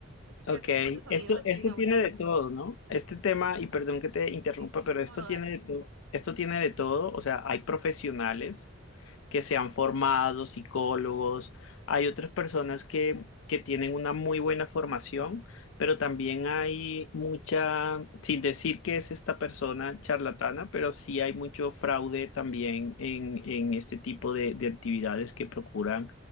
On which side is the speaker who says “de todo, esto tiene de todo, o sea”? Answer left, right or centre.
Left